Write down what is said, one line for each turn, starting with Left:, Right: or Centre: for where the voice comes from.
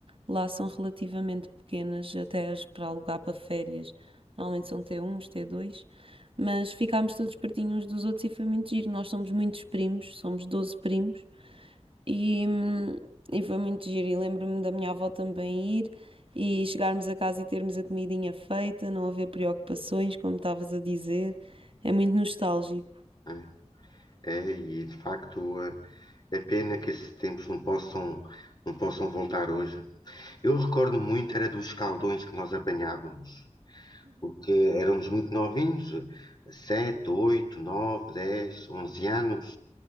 Right: lá são relativamente pequenas, até as para alugar para férias. Normalmente são t 1 t dois mas ficámos todos pertinho uns dos outros e foi muito giro. Nós somos muitos primos, somos 12 primos e, hum, e foi muito giro. E lembro-me da minha avó também ir e chegarmos a casa e termos a comidinha feita, não haver preocupações, como estavas a dizer. É muito nostálgico.
Left: né? É, É, e de facto eh, é pena que esses tempos não possam, não possam voltar hoje. Eu recordo muito, era dos caldões que nós apanhávamos, porque éramos muito novinhos, 7 8 9 10 11 anos.